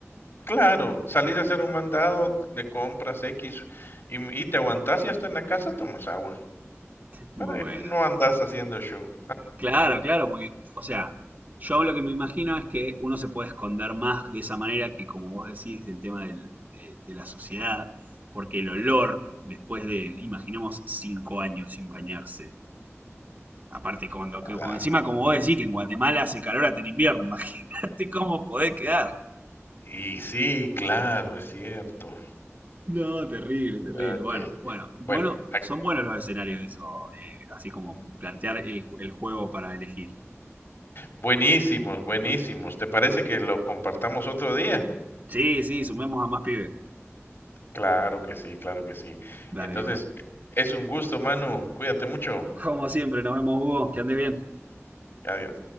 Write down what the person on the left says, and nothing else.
claro, salís a hacer un mandado de compras X y m y te aguantás y hasta en la casa tomas agua,
para que
no andas haciendo show.
Claro.
Y sí, claro, es cierto.
Okey.
Bueno, ac
mm,
buenísimos, buenísimos. ¿Te parece que lo compartamos otro día?
Claro que sí, claro que sí.
Entonces,
es un gusto, Manu. Cuídate mucho.
Adiós.